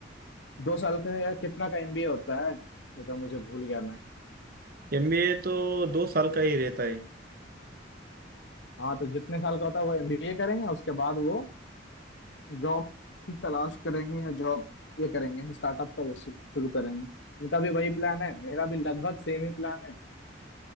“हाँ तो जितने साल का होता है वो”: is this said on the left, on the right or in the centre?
Left